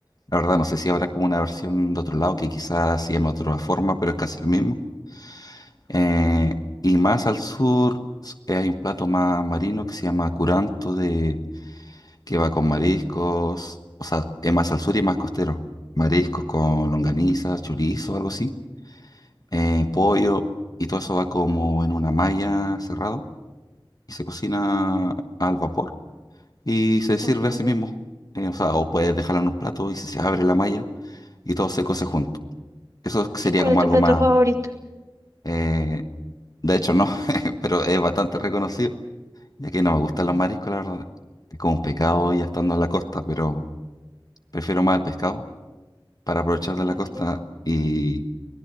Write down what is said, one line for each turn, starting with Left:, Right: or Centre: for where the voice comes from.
Left: La verdad, no sé si habrá como una versión de otro lado que quizás se llame de otra forma, pero es casi lo mismo. Eh, y más al sur s- eh, hay un plato más marino que se llama curanto, de, que va con mariscos, o sea, es más al sur y más costero. Mariscos con longaniza, chorizo, algo así, eh, pollo, y todo eso va como en una malla cerrado y se cocina al vapor y se sirve
Right: Okay.
Left: así mismo. Eh, o sea, o puedes dejarlo en un plato y se se abre la malla y todo se cose junto. Eso sería
Right: ¿Y cuál
Left: como
Right: es tu
Left: algo
Right: plato
Left: más...
Right: favorito?
Left: eh, de hecho, no, <laughs> pero es bastante reconocido, ya que no me gustan los mariscos, la verdad. Es como un pecado ya estando en la costa, pero prefiero más el pescado para aprovechar de la
Right: Okay.
Left: costa. Y,